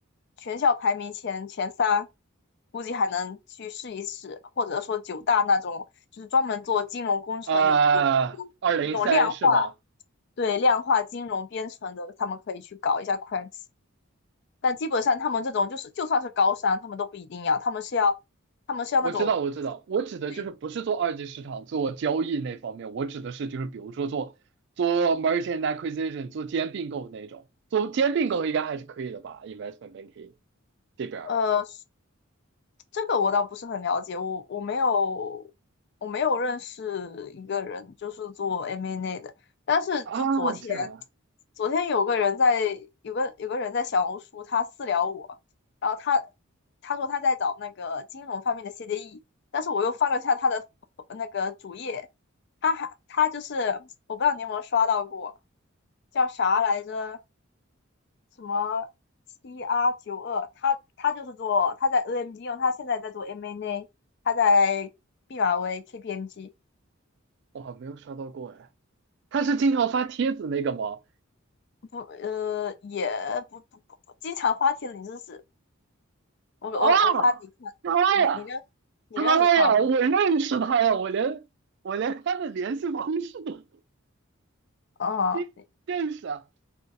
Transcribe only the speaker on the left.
全校排名前前三，估计还能去试一试，或者说九大那种，就是专门做金融工程有有有那种量化，
对量化金融编程的，他们可以去搞一下 Quant。但基本上他们这种就是就算是高商，他们都不一定要，他们是要他们是要那种
对，
诶，
呃，这个我倒不是很了解，我我没有我没有认识一个人就是做 M&A 的，但是就昨天
昨天有个人在有个有个人在小红书他私聊我，然后他他说他在找那个金融方面的 CDE，但是我又翻了一下他的那个主页，他还他就是我不知道你有没有刷到过，叫啥来着？什么 CR 九十二，他他就是做他在 AMD 用，他现在在做 MNA，他在毕马威 KPMG
不呃也不不不不经常发帖子，你认识我我我发你看，
你你认你认识他吗？
哦，
你